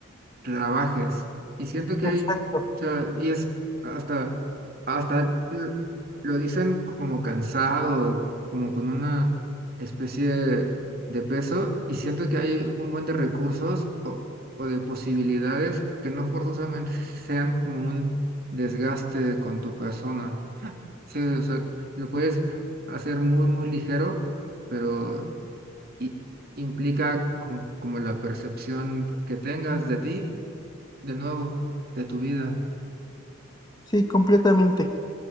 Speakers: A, on the right (about 45°); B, on the left (about 20°).
A: trabajes. Y siento que hay,
B: Exacto,
A: o sea, y es hasta, hasta l- lo dicen como cansado, como con una especie de peso, y siento que hay un buen de recursos o, o de posibilidades que no forzosamente sean como un desgaste con tu persona. Sí, o sea, lo puedes hacer muy, muy ligero pero i- implica con- como la percepción que tengas de ti, de nuevo, de tu vida.
B: sí, completamente.